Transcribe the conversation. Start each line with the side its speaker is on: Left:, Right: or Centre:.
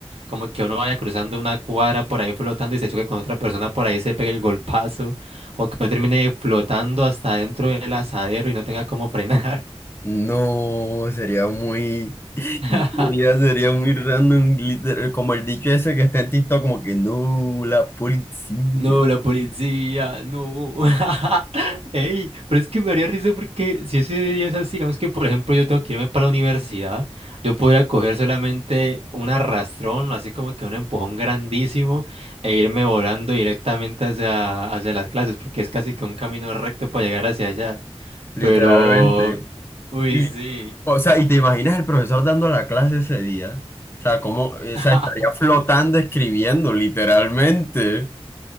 Right: Como que uno vaya cruzando una cuadra por ahí flotando y se choque con otra persona, por ahí se pegue el golpazo, o que uno termine flotando hasta dentro del asadero y no tenga cómo frenar.
Left: No, sería muy, <laughs> sería,
Right: <laughs>
Left: sería muy random, literal, como el dicho ese que está en TikTok, como que no, la policía,
Right: No, la policía, no. <laughs> Ey, pero es que me haría risa porque si ese día es así, digamos que por ejemplo yo tengo que irme para la universidad, yo podría coger solamente un arrastrón, así como que un empujón grandísimo, e irme volando directamente hacia, hacia las clases, porque es casi que un camino recto para llegar hacia allá.
Left: literalmente.
Right: Pero, uy,
Left: Y,
Right: sí.
Left: o sea, ¿y te imaginas el profesor dando la clase ese día? O sea, cómo, o
Right: <laughs>
Left: sea, estaría flotando escribiendo, literalmente.